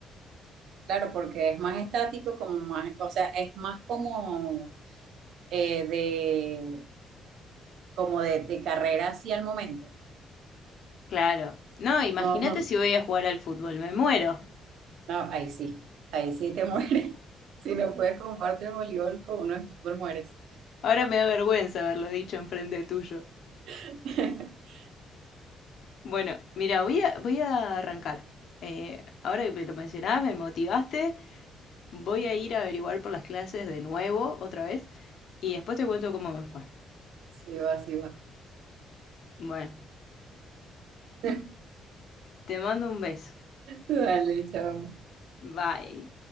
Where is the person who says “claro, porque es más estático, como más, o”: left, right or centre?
Right